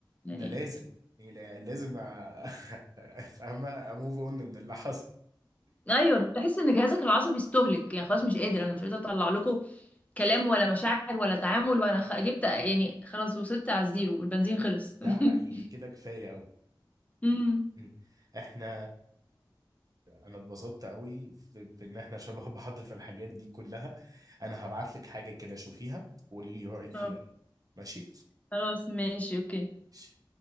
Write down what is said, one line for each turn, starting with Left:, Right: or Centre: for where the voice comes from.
Left: يعني
Right: ده لازم يعني لازم أ- <laughs> فاهمه اموف اون من اللي حصل
Left: أيوه بتحس إن جهازك العصبي استهلك يعني خلاص مش قادر أنا مش قادرة أطلع لكم كلام ولا مشاعر ولا تعامل وأنا خ... جبت يعني خلاص وصلت على الزيرو البنزين خلص
Right: ده حقيقي
Left: <laughs>
Right: كده كفايه قوي
Left: أمم.
Right: مم. احنا انا اتبسطت قوي في- بان احنا شبه <laughs> بعض في الحاجات دي كلها انا هبعت لك حاجة كده شوفيها وقولي لي رأيك فيها
Left: آه،
Right: ايه ماشي
Left: خلاص ماشي أوكي
Right: ماشي.